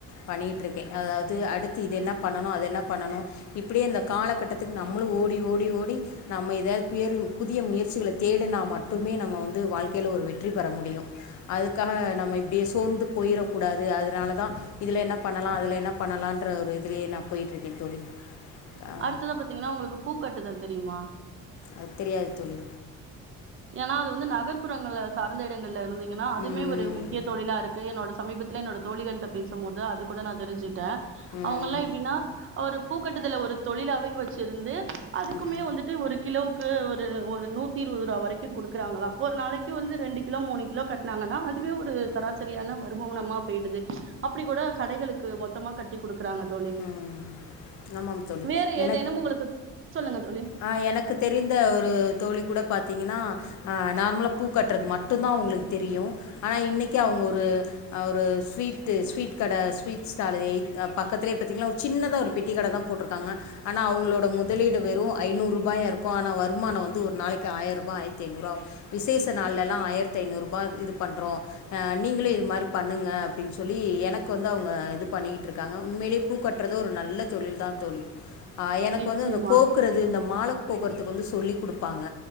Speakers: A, on the left (about 55°); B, on the right (about 35°).
A: பண்ணிகிட்ருக்கே அ அதாவ்து அடுத்து இது என்ன பண்ணணு அது என்ன பண்ணணு இப்பிடியே இந்த காலக்கட்டத்துக்கு நம்ளு ஓடி ஓடி ஓடி நம்ம எதா புயரி புதிய முயற்சிகள தேடுனா மட்டுமே நம்ம வந்து வாழ்க்கைல ஒரு வெற்றி பெற முடியு அதுக்காக நம்ம இப்டியே சோர்ந்து போயிரக்கூடாது அதனால தா இதுல என்ன பண்ணலா அதுல என்ன ப ண்ணலான்ற ஒரு இதுலே நா போய்ட்ருக்கே தோழி ஆ,
B: அடுத்ததா பாத்தீங்கன்னா உங்களுக்கு பூக்கட்டுதல் தெரிமா
A: அது தெரியாது தோழி
B: ஏனா அது வந்து நகர்ப்புறங்கள்ல சார்ந்த இடங்கள்ல இருந்தீங்கன்னா அதுமே
A: ம்
B: ஒரு முக்கிய தொழிலாருக்கு என்னோட சமீபத்துல என்னோட தோழிகள்ட்ட பேசும் போது அது கூட நா தெரிஞ்சுட்டே
A: ம்
B: அவுங்கல்லா எப்டின்னா ஒரு பூ கட்டுதல ஒரு தொழிலாவே வச்சிருந்து அதுக்குமே
A: ம்
B: வந்துட்டு ஒரு கிலோவுக்கு ஒரு ஒரு நூத் திருவதுரூவா வரை க்கு குடுக்குறாங்ளா ஒரு நாளைக்கு வந்து ரெண்டு கிலோ மூணு கிலோ கட்னாங்கன்னா அதுவே ஒரு சராசரியான வருவனமா போய்டுது அப்டி கூட கடைகளுக்கு மொத்தமா கட்டி குடுக்குறாங்க தோழி.
A: ம் ஆமாம் தோழி
B: வேற
A: என
B: ஏதேனும் உங்களுக்கு சொல்லுங்க தோழி.
A: ஆ எனக்கு தெரிந்த ஒரு தோழி கூட பாத்திங்கன்னா ஆ நார்மலா பூ கட்றது மட்டு தா அவுங்களுக்கு தெரியு ஆனா இன்னக்கி அவுங்க ஒரு ஆ ஒரு ஸ்வீட்டு ஸ்வீட் கட ஸ்வீட் ஸ்டாலு எய்த் பக்கத்துலே பாத்தீங்ளா ஒரு சின்னதா ஒரு பெட்டி கட தா போட்ருக்காங்க ஆனா அவுங்களோட முதலீ டு வெறு ஐநூறு ரூபாயாருக்கு ஆனா வருமானோ வந்து ஒரு நாளைக்கு ஆயரூபா ஆயர்த்தைநூறுவா விசேஷ நாள்லலா ஆ ஆயர்த்தைநூறுபா இது பண்றோ ஆ நீங்களு இ த் மாரி பண்ணுங்க அப்டின் சொல்லி எனக்கு வந்து அவுங்க இது பண்ணிக்கிட்ருக்காங்க உண்மயிலே பூ கட்றது ஒரு நல்ல தொழில் தா தோழி ஆ எனக்கு
B: நிச்சயமா.
A: வந்து இந்த கோக்குறது இந்த மால கோக்குறதுக்கு வந்து சொல்லி குடுப்பாங்க